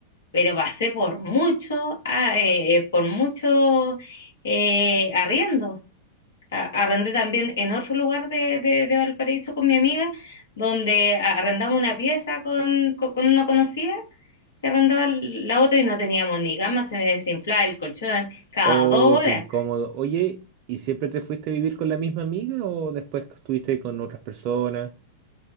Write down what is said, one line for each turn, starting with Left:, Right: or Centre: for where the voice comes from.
Left: Pero pasé por mucho, ah, eh, eh, por mucho eh, arriendo. A- Arrendé también en otro lugar de, de- de Valparaíso con mi amiga, donde a- arrendaba una pieza con, con, con una conocida y arrendaba la otra y no teníamos ni cama, se me desinflaba el colchón cada
Right: Oh,
Left: dos
Right: qué
Left: horas.
Right: incómodo. Oye, ¿y siempre te fuiste a vivir con la misma amiga o después estuviste con otras personas?